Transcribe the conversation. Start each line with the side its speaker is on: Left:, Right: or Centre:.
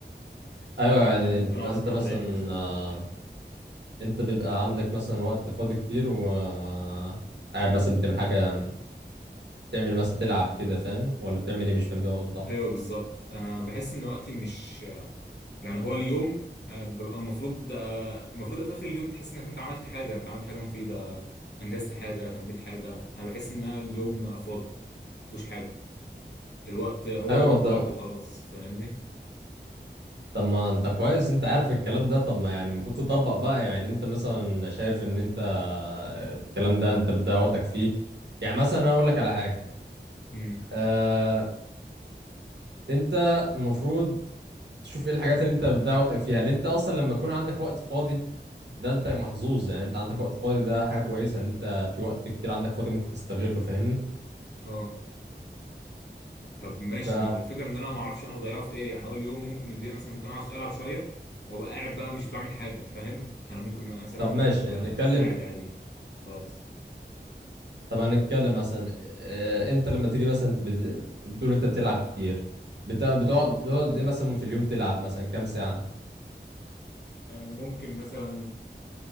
Right: ايوه يعني
Left: آه، ممكن
Right: بتبقى
Left: اقعد
Right: انت
Left: اسمع
Right: مثلا
Left: اغاني مثلا
Right: آه، انت بيبقى عندك مثلا وقت فاضي كتير و آه، قاعد مثلا بتعمل حاجه بتعمل مثلا بتلعب كده فاهم ولا بتعمل ايه مش فاهم فاهم وضح
Left: ايوه
Right: لي
Left: بالظبط انا بحس ان وقتي مش يعني هو اليوم آه، ببقى المفروض آه، المفروض في اخر اليوم تحس انك انت عملت حاجه انت عملت حاجه مفيده انجزت حاجه تميت حاجه انا بحس ان أنا اليوم فاضي مفيهوش حاجه الوقت هو
Right: ايوه
Left: يوم
Right: طب
Left: ضاع وخلاص
Right: ممكن
Left: فاهمني
Right: طب ما انت كويس انت عارف الكلام ده طب ما يعني المفروض تطبق بقى يعني انت مثلا شايف ان انت الكلام ده انت بتضيع وقتك فيه يعني مثلا انا اقول لك على حاجه
Left: امم
Right: آه انت المفروض تشوف ايه الحاجات اللي انت بتضيع وقتك فيها لان انت اصلا لما يكون عندك وقت فاضي ده انت محظوظ يعني انت عندك وقت فاضي ده حاجة كويسة ان انت في وقت كتير عندك فاضي ممكن تستغله فاهمني
Left: اه طب ماشي
Right: ف
Left: ما هو الفكره ان انا ما اعرفش انا بضيعه في ايه يعني هو اليوم ممكن يضيع مثلا ممكن اقعد العب شويه وابقى قاعد بقى مش بعمل حاجه فاهم انا ممكن مثلا
Right: طب ماشي
Left: ابقى
Right: يعني نتكلم
Left: قاعد عادي خلاص
Right: طب هنتكلم مثلا اه انت لما تيجي مثلا بت- بتقول انت بتلعب كتير بت- بتقعد بتقعد
Left: امم
Right: دي مثلا في اليوم تلعب مثلا كام ساعة
Left: آه، ممكن مثلا